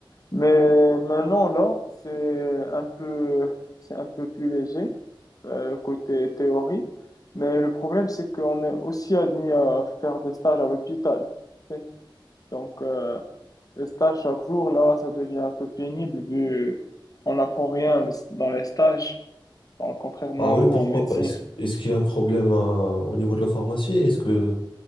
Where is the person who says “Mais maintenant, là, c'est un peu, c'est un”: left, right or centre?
Left